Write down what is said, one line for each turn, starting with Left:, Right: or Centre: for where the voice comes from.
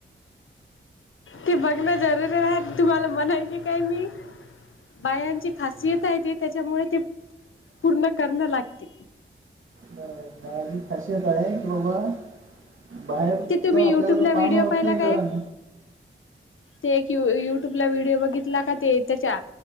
Left: ते बघण जरुरी राह तुम्हाला म्हणायचे काय मी बायांची खासियत आहे ते त्याच्यामुळे ते पूर्ण करणं लागते
Right: ब बाजी खाश बा आहे गलबा बाहेरच
Left: ते तुम्ही
Right: आपल्याला
Left: युट्यूबला
Right: तर पानं
Left: व्हिडिओ
Right: होत
Left: पाहिला
Right: नाही
Left: का
Right: घरान
Left: एक ते एक य युट्यूबला व्हिडिओ बघितला का ते त्याच्या